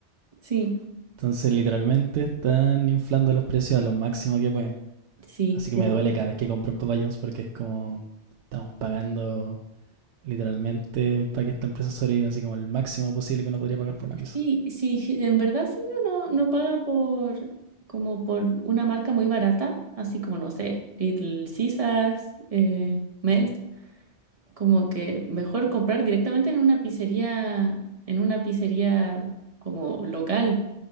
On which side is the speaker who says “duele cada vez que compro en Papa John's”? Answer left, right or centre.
Right